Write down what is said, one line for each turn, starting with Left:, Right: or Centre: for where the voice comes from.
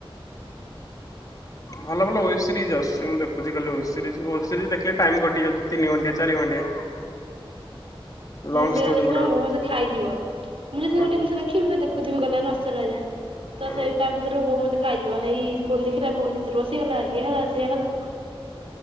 Left: ଭଲ ଭଲ ୱେବ୍ ସିରିଜ୍ ଆସୁଚି ମୁଁ ଦେଖୁଚି ଖାଲି ୱେବ୍ ସିରିଜ୍ ୱେବ୍ ସିରିଜ୍ ଦେଖ୍ ଖିଲେ ଟାଇମ କଟି ଯାଉଚି ତିନି ଘଣ୍ଟଆ ଚାରି ଘଣ୍ଟିଆ।
Right: ମୁଁ
Left: ଲଙ୍ଗ
Right: ସେଇୟାକୁ
Left: ଷ୍ଟୋରି
Right: ଦେଖିଲେ
Left: ଗୁଡା
Right: ମୋ ବୋଉ
Left: ରହୁଛି
Right: ମତେ ଖାଇଯିବ, ମୁଁ ଯଦି
Left: ହୁଁ
Right: ଯୋ ଗୋଟେ ଜିନିଷ ଦେଖିବି ସେଟା ଦେଖୁଥିବି ଗଲା ନସରିଲା ଯାଏଁ।
Left: ହୁଁ
Right: ତ ସେଇ ତା ଭିତ୍ ରେ ବୋଉ ମତେ ଖାଇଯିବ ହେଇ ଫୋନ ଦେଖିଲା ଫୋନ ଭିତେରେ ପସିଗଲା ଇଏ ହେଲା ସିଏ ହେଲା।